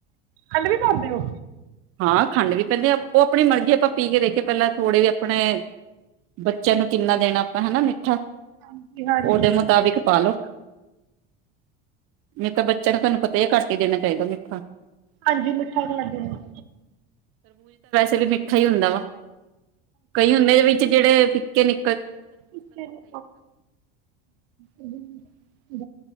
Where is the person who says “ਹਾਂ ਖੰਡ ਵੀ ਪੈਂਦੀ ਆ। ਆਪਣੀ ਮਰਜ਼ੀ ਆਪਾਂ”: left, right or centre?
Right